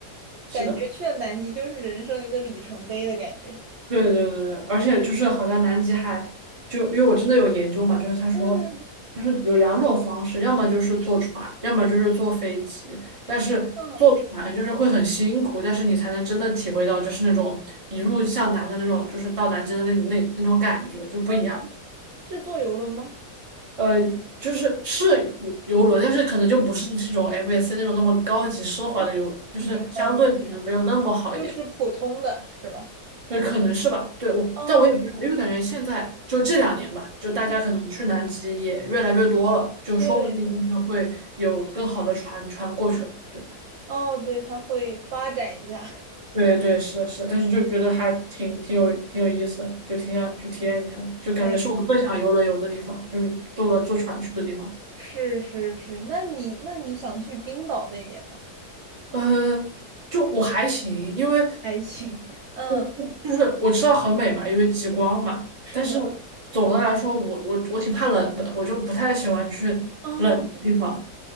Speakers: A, on the right; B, on the right.
A: 是的。
B: 感觉去了南极就是人生一个里程碑的感觉。
A: 对对对对，而且就是好像南极海，就因为我真的有研究嘛，就是他说，
B: 嗯
A: 就是有两种方式，要么就是坐船，要么就是坐飞机。但是坐船就是会很辛苦，
B: 嗯
A: 但是你才能真的体会到就是那种一路向南的那种，就是到南极的那那那种感觉就不一样。
B: 嗯，是坐游轮吗？
A: 呃，就是是游游轮，但是可能就不是这种 MSC 那种那么高级奢华的游，
B: 哦明白明白，
A: 就是相对可能没有那么好一点。
B: 就是普通的是吧？
A: 那可能是吧。对，我，
B: 哦，
A: 但我也不知道，因为感觉现在就这两年吧，就大家可能去南极也越来越多了，
B: 嗯，
A: 就说不定就是会有更好的船船过去了。
B: 对对，
A: 对，
B: 哦，对，它会发展一下，<laughs>
A: 对对，是的是的但是就觉得还挺挺有挺有意思的，就挺想去体验一下的，就感觉是我最想游轮游的地方，
B: 没错没错，
A: 就是坐了坐船去的地方。
B: 是是是。那你那你想去冰岛那边吗？
A: 呃，就我还行，因为
B: 还行，嗯，
A: 就就是我知道很美嘛，因为极光嘛。
B: 是的，
A: 但是总的来说，我我我挺怕冷的，我就不太喜欢去
B: 哦，
A: 冷的地方。